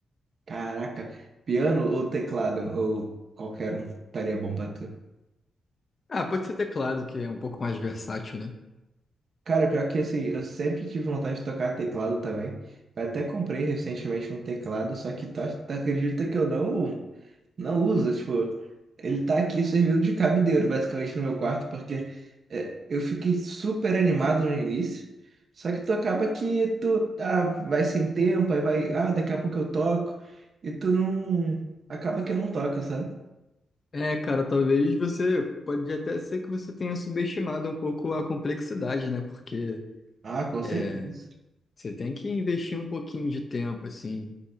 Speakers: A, on the right; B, on the left.
A: Caraca, piano ou teclado, ou qualquer um estaria bom pra tu.
B: Ah, pode ser teclado, que é um pouco mais versátil, né?
A: Cara, pior que assim, eu sempre tive vontade de tocar teclado também. Eu até comprei recentemente um teclado, só que tu, ac- tu acredita que eu não, não uso? Tipo, ele tá aqui servindo de cabideiro, basicamente, no meu quarto, porque é, eu fiquei super animado no início. Só que tu acaba que tu ah, vai sem tempo, aí vai, ah, daqui a pouco eu toco, e tu não. Acaba que não toca, sabe?
B: É, cara, talvez você pode até ser que você tenha subestimado um pouco a complexidade, né? Porque
A: Ah, com
B: é,
A: certeza.
B: você tem que investir um pouquinho de tempo, assim,